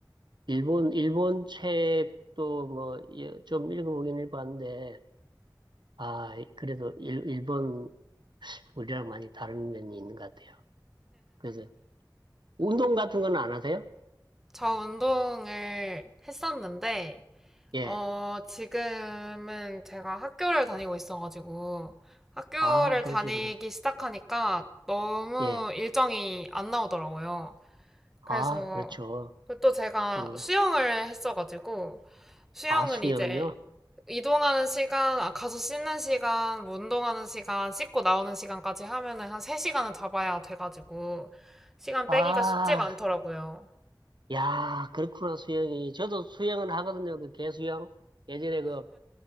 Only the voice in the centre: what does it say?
저 운동을 했었는데,
어, 지금은 제가 학교를 다니고 있어가지고, 학교를
다니기 시작하니까 너무
일정이 안 나오더라고요. 그래서,
그리고 또 제가
수영을 했어가지고, 수영은
이제 이동하는 시간, 아, 가서 씻는 시간, 뭐 운동하는 시간, 씻고 나오는 시간까지 하면은 한 3시간은 잡아야 돼가지고, 시간
빼기가 쉽지가 않더라고요.